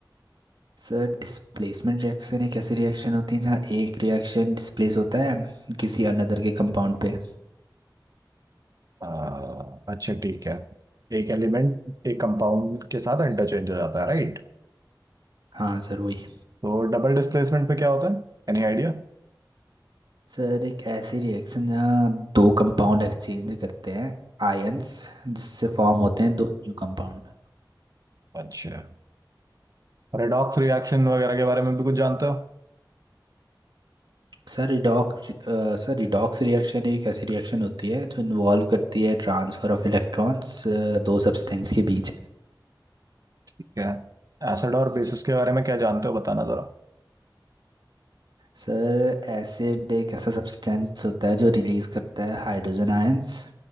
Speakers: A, on the right; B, on the right.
A: सर डिस्प्लेसमेंट रिएक्शन एक ऐसी रिएक्शन होती है जहाँ एक रिएक्शन डिस्प्लेस होता है किसी अनदर के कंपाउंड पे
B: आ, अच्छा ठीक है एक एलिमेंट एक कंपाउंड के साथ इंटरचेंज हो जाता है राइट
A: हाँ सर वही
B: तो डबल डिस्प्लेसमेंट पे क्या होता है Any idea
A: सर एक ऐसी रिएक्शन जहाँ दो कंपाउंड एक्सचेंज करते हैं आयंस जिससे फॉर्म होते हैं दो new compound
B: अच्छा पैराडॉक्स रिएक्शन वगैरह के बारे में भी कुछ जानते हो
A: Sir redox sir redox reaction एक ऐसी रिएक्शन होती है जो इन्वॉल्व करती है ट्रांसफर ऑफ इलेक्ट्रॉन्स दो सब्सटेंस के बीच में
B: क्या एसिड और बेसिस के बारे में क्या जानते हो बताना जरा
A: सर एसिड एक ऐसा सब्सटेंस होता है जो रिलीज करता है हाइड्रोजन आयंस